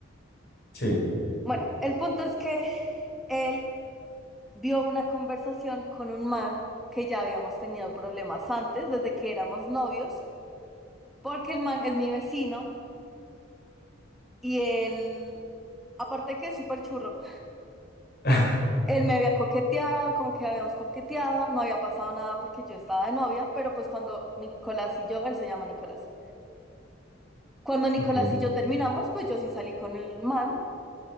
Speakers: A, on the left (about 55°); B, in the centre.
A: sí.
B: Bueno, el punto es que él vio una conversación con un man que ya habíamos tenido problemas antes, desde que éramos novios, porque el man es mi vecino y él, aparte de que es súper churro,
A: <laughs>
B: él me había coqueteado, como que habíamos coqueteado, no había pasado nada porque yo estaba de novia, pero pues cuando Nicolás y yo, él se llama Nicolás, cuando Nicolás
A: Ok.
B: y yo terminamos, pues yo sí salí con el man